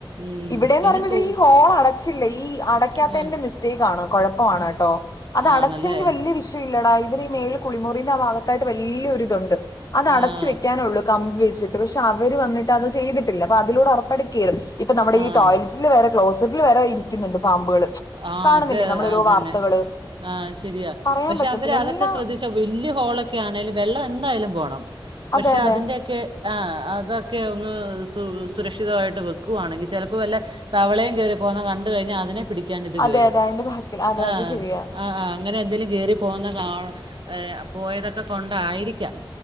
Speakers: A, on the right; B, on the left.
A: ഉം
B: ഇവിടേന്ന്
A: പിന്നെ
B: പറയുമ്പോ
A: തോ
B: ഇവര് ഈ ഹോൾ അടച്ചില്ലേ ഈ അടയ്ക്കാത്തേന്റെ
A: ഏ
B: മിസ്റ്റേക്ക് ആണ് കുഴപ്പൊ ആണ് ട്ടോ അത്
A: ആണല്ലേ
B: അടച്ചെങ്കി വല്ല്യ വിഷയം ഇല്ലടാ ഇവര് ഈ മേൽ കുളിമുറിന്റെ ആ ഭാഗത്തായിട്ട് വല്ല്യൊരിതുണ്ട് അത് അടച്ച്
A: ആഹ്
B: വെയ്ക്കാനുള്ളു കമ്പി വെച്ചിട്ട്. പക്ഷെ അവര് വന്നിട്ട് അത് ചെയ്തിട്ടില്ല അപ്പൊ അതിലൂടെ ഉറപ്പയിട്ടും കേറും ഇപ്പൊ നമ്മുടെ
A: ആഹ്
B: ഈ ടോലറ്റിൽ വരെ ക്ലോസറ്റിൽ വരെ ഇരി ക്കുന്നുണ്ട് പാമ്പുകള്
A: ആഹ്
B: കാണുന്നില്ലേ
A: അത്
B: നമ്മള് ഓരോ
A: അതന്നെ
B: വാർത്തകള്
A: ആഹ് ശരിയാ
B: പറയാൻ
A: പക്ഷെ
B: പറ്റത്തില്ല
A: അവര് അതൊക്കെ
B: എല്ലാം
A: ശ്രദ്ധിച്ചു വലിയ ഹോളൊക്കെ ആണേലും വെള്ളം എന്തായാലും പോണം പക്ഷെ
B: അതെ അതെ
A: അതിന്റെയൊക്കെ ആഹ് അതൊക്കെ ഒന്ന് സു സുരക്ഷിതവായിട്ട് വയ്ക്കുവായാണെങ്കിൽ ചിലപ്പോൾ വല്ല തവളയും കേറി പ്പോന്ന കണ്ട കഴിഞ്ഞൽ അതിനെ പിടിക്കാൻ ഇത്
B: അതെ
A: കേറും
B: അതെ അതിന്റെ ബാക്കിൽ അതെ
A: ആഹ്
B: അത് ശരിയാ
A: ആഹ് അങ്ങനെ എന്തേലും കീറി പോകുന്ന കാഏഹ് പോയതൊക്കെ കൊണ്ടായിരിക്കാം